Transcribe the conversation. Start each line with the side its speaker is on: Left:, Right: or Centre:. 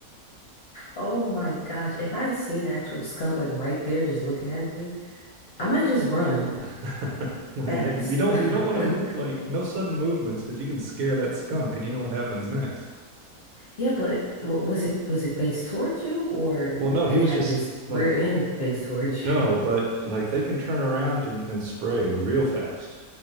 Left: Oh my gosh. If I seen an actual skunk like right there just looking at me, I might just run
Right: <laughs> Well,
Left: fast.
Right: yeah, you don't
Left: <laughs>
Right: you don't want to move like no sudden movements because you can scare that skunk and you know what happens next.
Left: Yeah, but wa- was it was it faced towards you or
Right: Well, no,
Left: did
Right: he was
Left: it have
Right: just
Left: its
Right: like
Left: rear end faced towards
Right: no,
Left: you?
Right: but
Left: <laughs>
Right: like they can turn around and, and spray real fast.